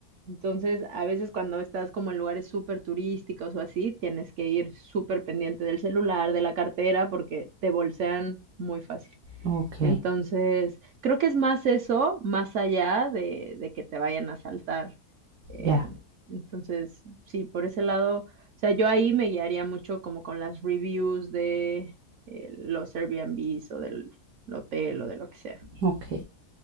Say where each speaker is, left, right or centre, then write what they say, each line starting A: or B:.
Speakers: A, on the right (about 60°); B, on the right (about 85°).
A: Entonces, a veces cuando estás como en lugares súper turísticos o así, tienes que ir súper pendiente del celular, de la cartera, porque te bolsean muy fácil.
B: Ok,
A: Entonces, creo que es más eso, más allá de, de que te vayan a asaltar. Eh,
B: ya,
A: entonces, sí, por ese lado, o sea, yo ahí me guiaría mucho como con las reviews de eh, los Airbnbs o del hotel o de lo que sea.
B: ok.